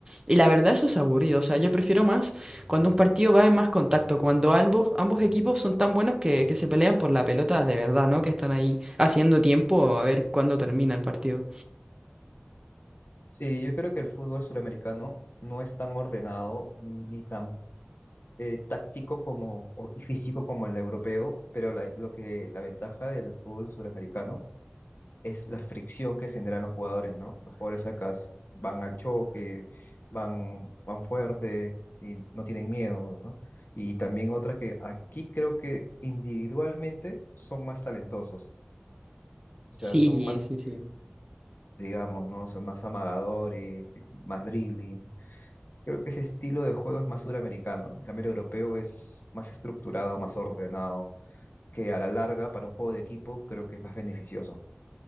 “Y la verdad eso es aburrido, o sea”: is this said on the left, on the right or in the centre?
Right